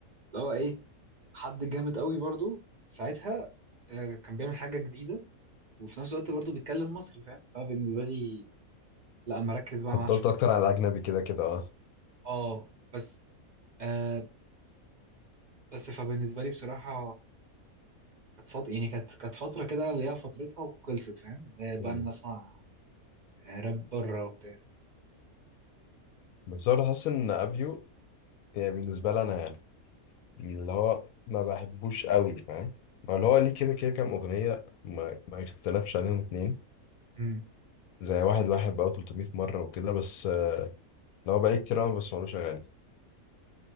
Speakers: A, on the right; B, on the left.
A: اللي هو إيه حد جامد قوي برضو ساعتها آه، كان بيعمل حاجة جديدة وفي نفس الوقت برضه بيتكلم مصري فاهم فبالنسبة لي لا مركز بقى
B: فضلت
A: معاه شويه
B: اكتر على الاجنبي كده كده اه
A: اه بس آه بس فبالنسبه لي بصراحه كانت فتره يعني كانت كانت فتره كده ليها فترتها وخلصت فاهم آه، بقى
B: مم.
A: بنسمع آه، راب بره وبتاع
B: بس انا حاسس ان ابيو يعني بالنسبه لي انا يعني اللي هو ما بحبوش قوي فاهم هو اللي هو ليه كده كده كام اغنيه ما, ما يختلفش عليهم اتنين
A: مم.
B: زي واحد واحد بقى 300 مره وكده بس آه، اللي هو بقالي كتير أوي ما بسمعلوش اغاني